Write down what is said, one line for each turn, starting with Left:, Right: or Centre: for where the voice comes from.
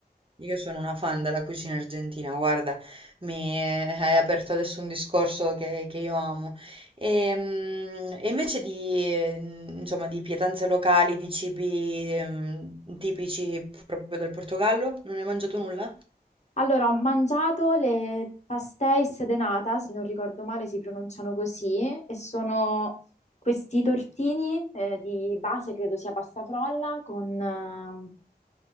Right: Io sono una fan della cucina argentina, guarda, mi eh, hai aperto adesso un discorso che, che io amo. E, mm, e invece di, eh, insomma, di pietanze locali, di cibi, ehm, tipici proprio del Portogallo, non hai mangiato nulla?
Left: Allora, ho mangiato le pastéis de nata, se non ricordo male si pronunciano così, e sono questi tortini eh, di base, credo sia pasta frolla, con eh,